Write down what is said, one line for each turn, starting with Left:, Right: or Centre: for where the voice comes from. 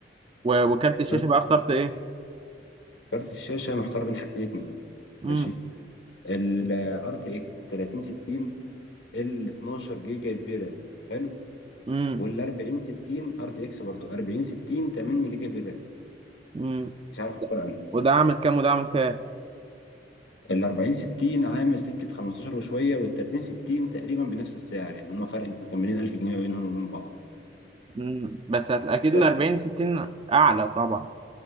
Right: و... وكارت الشاشه
Left: بس
Right: بقى اخترت ايه
Left: كارت الشاشه محتار بين حاجتين اتنين
Right: امم
Left: ماشي ال RTX ال 3060 ال 12 جيجا في رام حلو
Right: امم
Left: وال 40 60 ار تي اكس برضه 40 60 8 جيجا في رام
Right: امم
Left: مش عارف اكتر عنه
Right: وده عامل كام وده عامل كام
Left: ال 40 60 عامل سكه 15 وشويه وال 30 60 تقريبا بنفس السعر يعني هما فرق يمكن كان مليون 1000 جنيه ما بينهم وبين بعض
Right: مم. بس هت- اكيد
Left: بس
Right: ال 40 60 اعلى طبعا